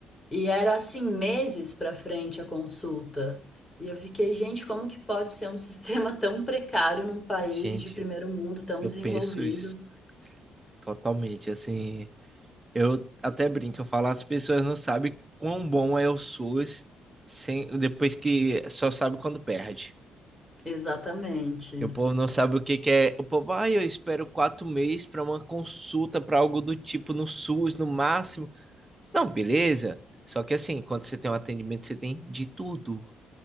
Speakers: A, on the left; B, on the right.
A: e era assim meses para frente a consulta. E eu fiquei, gente, como que pode ser um <laughs> sistema tão precário num país
B: gente,
A: de primeiro mundo tão
B: eu
A: desenvolvido?
B: penso isso totalmente. Assim, eu até brinco, eu falo, as pessoas não sabem quão bom é o SUS sem, depois que só sabe quando perde.
A: Exatamente.
B: E o povo não sabe o que que é. O povo, ai, eu espero quatro meses para uma consulta, para algo do tipo no SUS, no máximo. Não, beleza. Só que assim, quando você tem um atendimento, você tem de tudo.